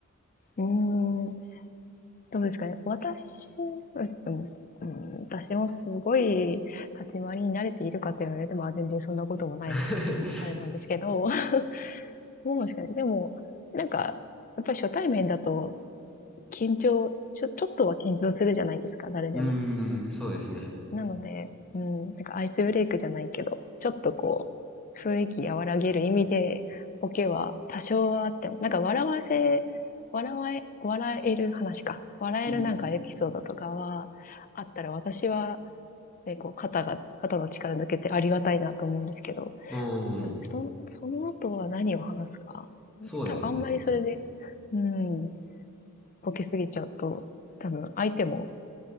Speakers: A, on the left (about 40°); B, in the centre.
A: うーん。どうですかね。私、でも、うん、私もすごい立ち回りに慣れているかと言われても、まあ全然そんなこともないので、
B: <laughs>
A: あれなんですけど、<laughs> どうなんですかね。でも、なんか、やっぱり初対面だと緊張、ちょ、ちょっとは緊張するじゃないですか、誰でも。
B: うーん、そうですね。
A: なので、うん、なんかアイスブレイクじゃないけど、ちょっとこう、雰囲気和らげる意味で、ボケは多少はあっても、なんか笑わせ、笑わえ、笑える話か。笑えるなんかエピソードとかはあったら私は、
B: うん。
A: ね、こう肩が、肩の力抜けてありがたいなと思うんですけど、
B: うーん、
A: なんでそその後は何を話すか。ね多分あんまりそれで、
B: そうですね。
A: うん、ボケすぎちゃうと、多分相手も